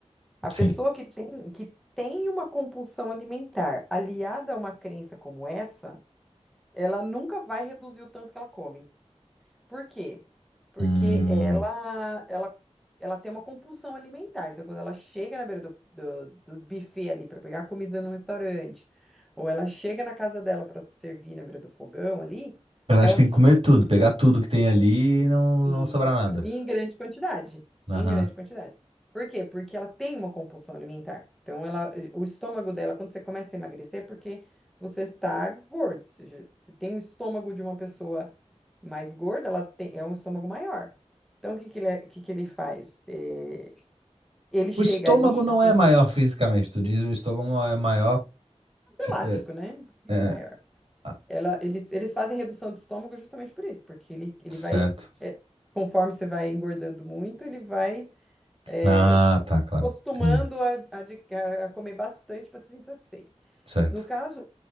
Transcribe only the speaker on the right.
sim.
Hum,
eu acho
que tem que comer tudo, pegar tudo que tem ali e não,
não sobrar nada.
Aham.
O estômago
não
é maior
fisicamente, tu diz o estômago é maior. fi-
É,
é,
ah,
certo.
Ah, tá, claro.
Entendi.
Certo.